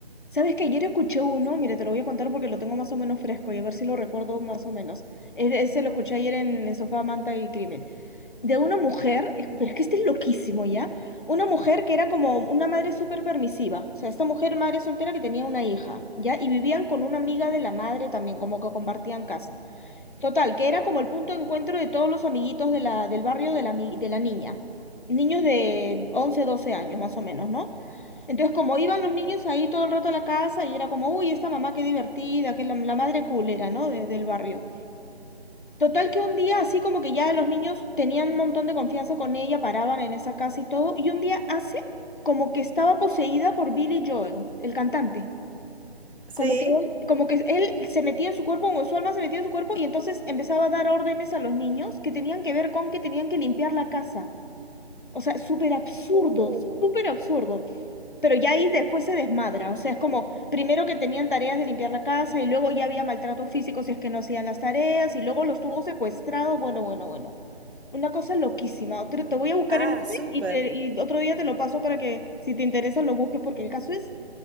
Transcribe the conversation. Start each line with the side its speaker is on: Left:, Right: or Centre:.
Left: ¿Sabes que ayer escuché uno? Mira, te lo voy a contar porque lo tengo más o menos fresco y a ver si lo recuerdo más o menos. Es- Ese lo escuché ayer en, en Sofá, Manta y Crimen. De una mujer, es- pero es que este es loquísimo, ¿ya? Una mujer que era como una madre súper permisiva. O sea, esta mujer, madre soltera que tenía una hija, ¿ya? Y vivían con una amiga de la madre también, como que compartían casa. Total, que era como el punto de encuentro de todos los amiguitos de la, del barrio de la, mi- de la niña. Niños de 11 12 años, más o menos, ¿no? Entonces, como iban los niños ahí todo el rato a la casa y era como, uy, esta mamá qué divertida, que la, la madre culera, ¿no? De- del barrio. Total que un día, así como que ya los niños tenían un montón de confianza con ella, paraban en esa casa y todo, y un día hace como que estaba poseída por Billy Joel, el cantante.
Right: Sí.
Left: Como que él, como que él se metía en su cuerpo, o su alma se metía en su cuerpo, y entonces empezaba a dar órdenes a los niños que tenían que ver con que tenían que limpiar la casa. O sea, súper absurdo,
Right: Uh.
Left: súper absurdo. Pero ya ahí después se desmadra, o sea, es como primero que tenían tareas de limpiar la casa y luego ya había maltrato físico si es que no hacían las tareas y luego los tuvo secuestrados, bueno, bueno, bueno. Una cosa loquísima. Otro- te voy a buscar
Right: Ah,
Left: el nombre
Right: súper.
Left: y, te- y otro día te lo paso para que si te interesa lo busques porque el caso es